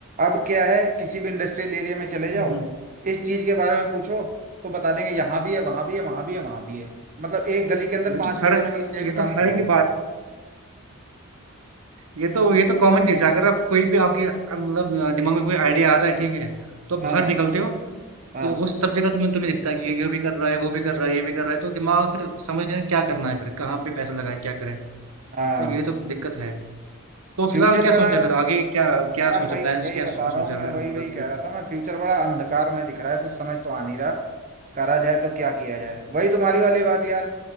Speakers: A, on the right; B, on the right.
A: अब क्या है किसी भी इंडस्ट्रियल एरिया में चले जाओ
B: हम्म हम्म।
A: इस चीज के बारे में पूछो तो बता देंगे यहाँ भी है वहां भी है वहां भी है वहां भी है मतलब एक गली के अंदर
B: ये
A: पांच
B: तो
A: लोगों
B: हर
A: ने वही सेम
B: ये
A: काम
B: तो हर
A: खोला
B: एक
A: हुआ
B: की
A: है
B: बात ये तो ये तो कॉमन चीज है अगर आप कोई भी आपके आप मतलब अ, दिमाग में कोई आइडिया आता है ठीक है तो
A: हाँ
B: बाहर निकलते हो
A: हाँ
B: तो वो सब जगह तुम्हें तुम्हें दिखता है कि ये ये भी कर रहा है वो भी कर रहा है ये भी कर रहा है तो दिमाग फिर समझ नहीं आता क्या करना है फिर कहाँ पे पैसा लगाए क्या करें
A: हाँ
B: तो ये तो दिक्कत है तो
A: फ्यूचर
B: फिलहाल क्या
A: बड़ा
B: सोचा है फिर आगे क्या क्या
A: यार
B: सोचा
A: वही
B: प्लान्स
A: वही
B: क्या
A: बता
B: सो-
A: रहा
B: सोचा
A: हूँ
B: है?
A: मैं वही
B: मतलब
A: वही कह
B: फिर-
A: रहा था मैं फ्यूचर बड़ा अंधकार में दिख रहा है कुछ समझ तो आ नहीं रहा करा जाए तो क्या किया जाए वही तुम्हारी वाली बात यार